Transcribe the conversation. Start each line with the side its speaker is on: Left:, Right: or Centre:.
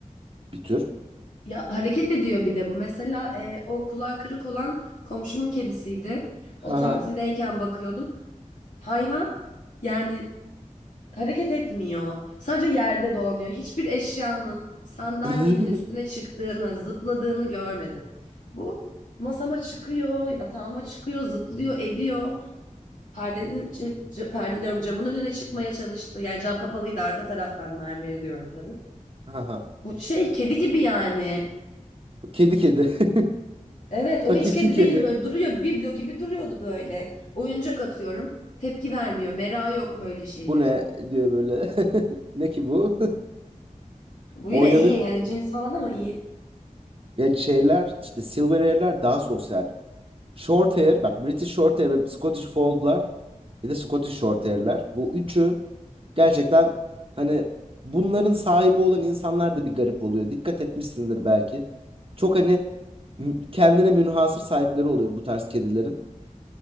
Right: bir tür.
Left: Ya hareket ediyor bir de bu. Mesela e, o kulağı kırık olan komşumun kedisiydi. O
Right: Ha
Left: tatildeyken bakıyordum. Hayvan yani hareket etmiyor. Sadece yerde dolanıyor. Hiçbir eşyanın sandalyenin
Right: <laughs>
Left: üstüne çıktığını, zıpladığını görmedim. Bu masama çıkıyor, yatağıma çıkıyor, zıplıyor, ediyor. Perdenin, şey, c- perde diyorum camın önüne çıkmaya çalıştı. Yani cam kapalıydı arka taraftan mermeri diyorum tabii.
Right: ha.
Left: Bu şey kedi gibi yani.
Right: Kedi kedi. <laughs>
Left: Evet, o
Right: Hakiki
Left: hiç kedi
Right: kedi.
Left: değildi böyle duruyor biblo gibi duruyordu böyle. Oyuncak atıyorum. Tepki vermiyor. merak yok böyle şeylere.
Right: Bu ne diyor böyle. <laughs> Ne ki bu?
Left: Bu
Right: <laughs> Oynanıyor.
Left: yine iyi hani cins falan ama iyi.
Right: Ya şeyler işte Silver Air'ler daha sosyal. Short Air bak British Short Air ve Scottish Fold'lar bir de Scottish Short Air'ler. Bu üçü Gerçekten hani bunların sahibi olan insanlar da bir garip oluyor. Dikkat etmişsindir belki. Çok hani m- kendine münhasır sahipleri oluyor bu tarz kedilerin.